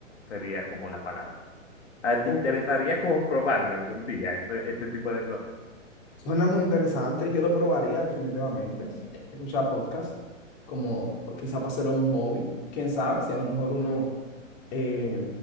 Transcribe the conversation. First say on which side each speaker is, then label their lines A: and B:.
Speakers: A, on the left (about 60°); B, on the left (about 35°).
A: sería como la palabra. Ah, ¿Te
B: Ok.
A: interesaría como probarlo algún día, este, este tipo de cosas?
B: Suena muy interesante, yo lo probaría definitivamente. Escuchar podcast, como quizá para hacerlo un hobby, quién sabe si a lo mejor uno, eh,